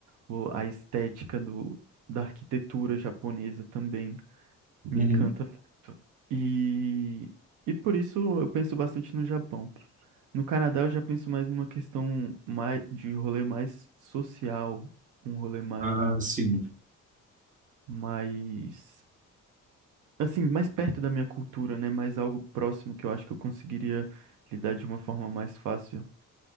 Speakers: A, on the right; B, on the right.
A: o- a estética do... da arquitetura japonesa também me
B: Uhum.
A: encanta muito. E. E por isso eu penso bastante no Japão. No Canadá eu já penso mais numa questão mais de rolê mais social, um rolê mais,
B: Ah, sim.
A: mais, assim, mais perto da minha cultura, né? Mais algo próximo que eu acho que eu conseguiria lidar de uma forma mais fácil.